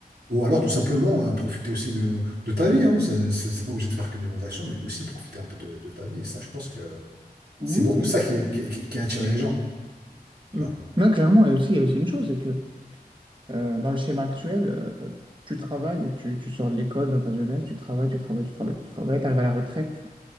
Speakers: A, on the right; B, on the right.
A: Ou alors tout simplement euh, profiter aussi de, de ta vie, hein. C'est c'est- c'est pas obligé de faire que des bonnes actions, mais aussi profiter un peu de, de ta vie. Et ça, je pense que
B: Oui,
A: c'est beaucoup
B: oui,
A: ça
B: après.
A: qui, qui, qui- qui attire les gens, tu
B: Mm.
A: vois.
B: Non, clairement, et aussi, il y a aussi une chose, c'est que euh, dans le schéma actuel, euh, tu travailles, donc tu, tu sors de l'école dans ta jeunesse, tu travailles, tu travailles, tu travailles, tu travailles, tu arrives à la retraite,